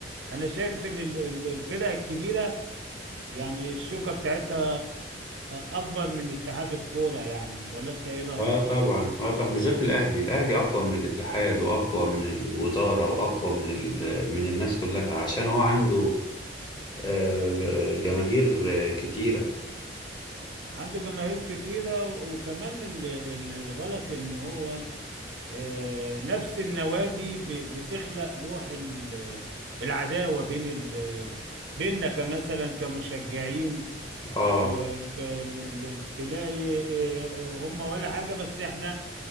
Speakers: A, on the right (about 80°); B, on the left (about 25°).
A: انا شايف ان ال- ال- الفرق الكبيره يعني الشوكه بتاعتها اكبر من اتحاد الكوره يعني ولا انت ايه رايك؟
B: اه طبعا اه طبعا بالذات الاهلي الاهلي اقوى من الاتحاد واقوى من الوزاره واقوى من ال... من الناس كلها عشان هو عنده آه، ج- جماهير آه، كتيره
A: عنده جماهير كتيرة و- وكمان ال- ال- الغلط ان هو آه، نفس النوادي ب- بتخلق روح ال- العداوة بين ال- بيننا كمثلا كمشجعين
B: اه
A: وتلاقي هم ولا حاجة بس احنا